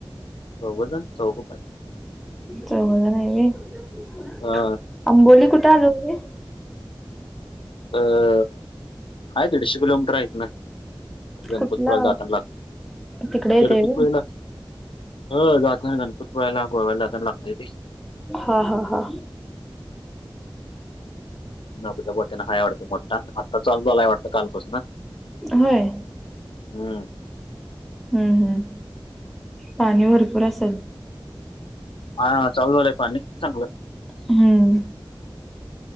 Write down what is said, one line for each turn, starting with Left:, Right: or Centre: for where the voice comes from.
Left: चौगजण चौग.
Centre: चौघ जण आहे होय
Left: हा
Centre: अंबोली कुठे आलो होे?
Left: अह हाय दीडशे किलोमीटर आहे इतन. गणपतीपुळे
Centre: कुठला
Left: लं जाताना लागत
Centre: तिकडे येते
Left: गणपतीपुळे
Centre: व्हय.
Left: ल. हो जाता गणपतीपुळ्याला गोव्याला जाताना लागतेय.
Centre: हा हा हा
Left: नगुझ्या बोट्याना हा वाडत मोठा आत्ता चालू झालाय वाटतं कालपासून.
Centre: होय.
Left: हम्म
Centre: हम्म हम्म पाणी भरपूर असल?
Left: ह चालू झालाय पानी चांगलं.
Centre: हम्म